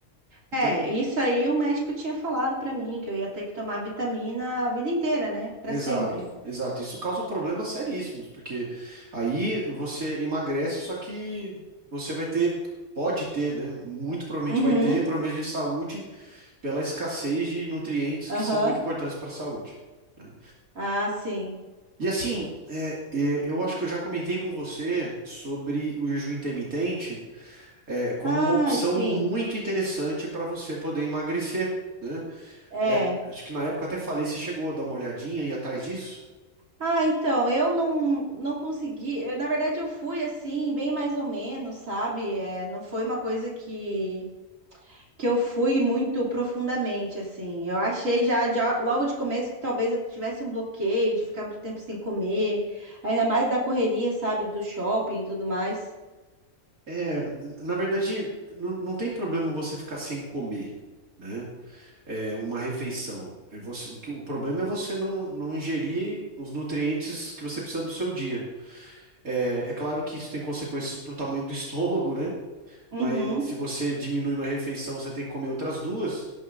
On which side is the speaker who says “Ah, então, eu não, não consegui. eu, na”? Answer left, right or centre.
Right